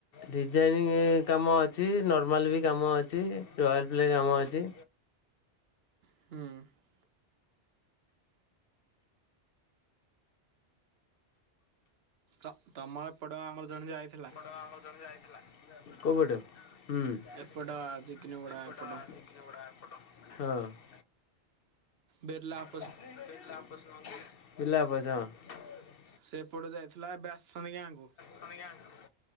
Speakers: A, on the left (about 60°); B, on the right (about 65°).
A: ଡିଜାଇନିଂ କାମ ଅଛି ନର୍ମାଲ ବି କାମ ଅଛି ରୟାଲ୍ ପ୍ଲେ କାମ ଅଛି।
B: ହୁଁ। ଅ ତମର ଏପଟ ଆମର ଜଣେ ଯାଇଥିଲା
A: ତ ଆମର ଜଣେ ଯାଇଥିଲା କଉପଟେ ହୁଁ ସେପଟ
B: ଏପଟ ଚିକିନିଗୁଡା ଏପଟ।
A: ଆସି ନିବୁଡା ଏପଟ ହଁ।
B: ବେର୍ଲାପ
A: ପିଲାପଜ ମନ୍ଦିର ପିଲାପଜ ହଁ।
B: ସେପଟୁ ଯାଇଥିଲା ଏବେ ଆସଛନ୍ତି ଗାଁକୁ
A: ଆସିଛନ୍ତି ଗାଁ କୁ